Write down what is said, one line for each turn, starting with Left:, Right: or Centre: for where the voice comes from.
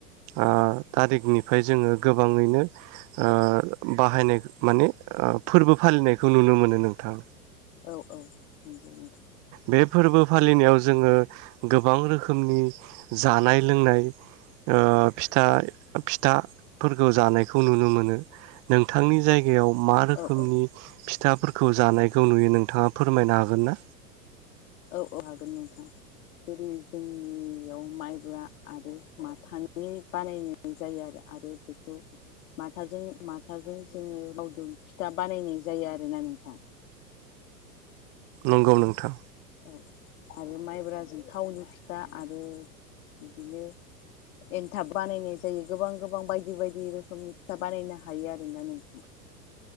Right: ओ थारिखनिफ्राय जोङो गोबाङैनो ओ बाहायनाय माने ओ फोरबो फालिनायखौ नुनो मोनो नोंथां।
Left: औ औ नंगौ नोंथां।
Right: बे फोरबो फालिनायाव जोङो गोबां रोखोमनि जानाय लोंनाय ओ फिथाय फिथाफोरखौ जानायखौ नुनो मोनो नोंथांनि जाय जायायाव मा रोखोमनि
Left: औ औ
Right: फिथाफोरखौ जानायखौ नुयो नोंथाङा फोरमायनो हागोन ना
Left: औ औ हागोन नोंथां जेरै जोंनियाव माइब्रा आरो माथानि बानायनाय जायो आरो आरो बेखौ माथाजों माथाजों जोङो लावदुम फिथा बानायनाय जायो आरोना नोंथां
Right: नंगौ नोंथां
Left: औ आरो माइब्राजों थावनि फिथा आरो बिदिनो एनथाब बानायनाय जायो गोबां गोबां बायदि बायदि रोखोमनि फिथा बानायनो हायो आरोना नोंथां।